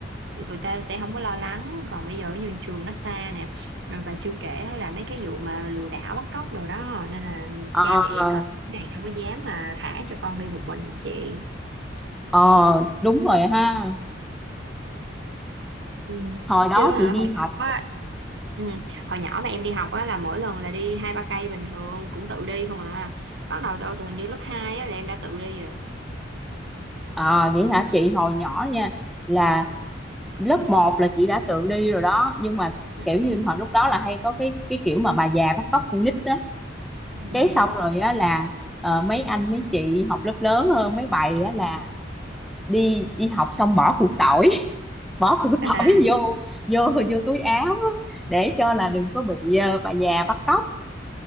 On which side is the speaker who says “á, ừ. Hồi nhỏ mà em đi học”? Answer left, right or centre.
Right